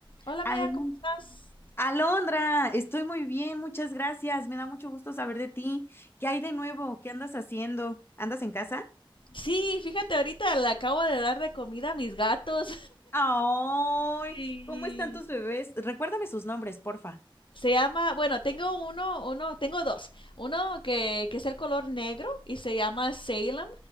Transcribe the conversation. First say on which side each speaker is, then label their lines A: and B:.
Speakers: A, on the left; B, on the left.
A: Hola
B: Alon-
A: amiga, ¿cómo estás?
B: Alondra, estoy muy bien, muchas gracias. Me da mucho gusto saber de ti. ¿Qué hay de nuevo? ¿Qué andas haciendo? ¿Andas en casa?
A: Sí, fíjate, ahorita le acabo de dar de comida a mis gatos
B: ¡Ay!
A: <laughs> y
B: ¿Cómo están tus bebés? Recuérdame sus nombres, porfa.
A: se llama, bueno, tengo uno, uno, tengo dos. Uno que, que es el color negro y se llama Salem